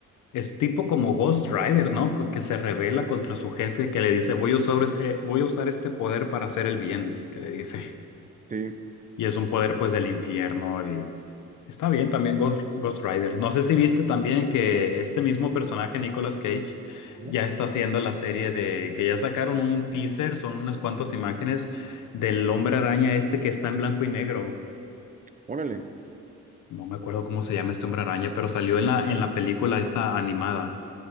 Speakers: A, on the left; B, on the right.
A: es tipo como Ghost Rider, ¿no? Co- Que se revela contra su jefe, que le dice, voy a usar, es- eh, voy a usar este poder para hacer el bien, que le dice. <laughs>
B: Sí,
A: Y es un poder pues del infierno y está bien también Ghost, Ghost Rider. No sé si viste también que este mismo personaje, Nicolas Cage,
B: ¿no?
A: ya está haciendo la serie de, que ya sacaron un teaser, son unas cuantas imágenes del hombre araña este que está en blanco y negro.
B: Órale,
A: No me acuerdo cómo se llama este hombre araña, pero salió en la, en la película esta animada.